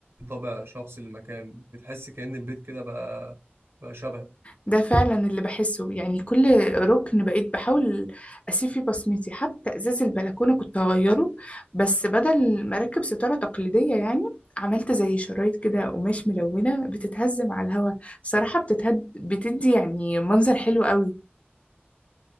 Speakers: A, on the right; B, on the left.
A: طابع شخصي للمكان بتحس كأن البيت كده بقى بقى شبه
B: ده فعلا اللي بحسه يعني كل ركن بقيت بحاول أسيب فيه بصمتي حتى إزاز البلكونة كنت هغيره بس بدل ما أركب ستارة تقليدية يعني عملت زي شرايط كده قماش ملونة بتتهز مع الهوا صراحة بتتهد بتدي يعني منظر حلو قوي